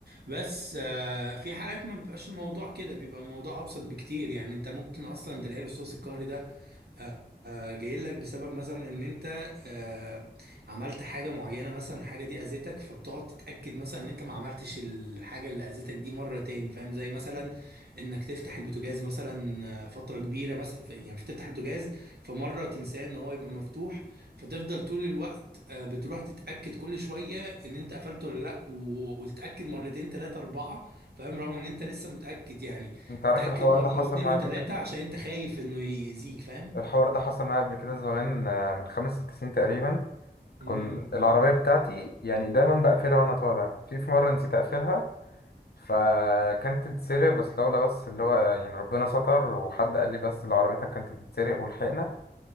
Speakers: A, on the right; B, on the left.
A: بس آه، في حالات ما بيبقاش الموضوع كده بيبقى الموضوع ابسط بكتير يعني انت ممكن اصلا تلاقي الاستاذ القهري ده آه، جاي لك بسبب مثلا ان انت آه، عملت حاجه معينه مثلا الحاجه دي اذتك فبتقعد تتاكد مثلا ان انت ما عملتش الحاجه اللي اذتك دي مره تاني فاهم زي مثلا انك تفتح البوتاجاز مثلا آه، فتره كبيره مثلا ف- يعني تفتح البوتاجاز فمره تنساه ان هو يبقى مفتوح فتفضل طول الوقت آه، بتروح تتاكد كل شويه ان انت قفلته ولا لا و- وتتاكد مرتين ثلاثه اربعه فاهم رغم ان انت لسه متاكد يعني
B: انت عارف
A: تتاكد
B: الحوار
A: مره
B: ده حصل
A: واثنين
B: معايا
A: وثلاثه
B: قبل كده
A: عشان انت خايف انه يأذيك فاهم
B: الحوار ده حصل معايا قبل كده زمان آه، من خمس ست سنين تقريبا
A: امم
B: كنت العربيه بتاعتي يعني دايما بقفلها وانا طالع في في مره نسيت اقفلها فكانت تتسرق بس لولا بس اللي هو يعني ربنا ستر وحد قال لي بس اللي عربيتك كانت بتتسرق ولحقنا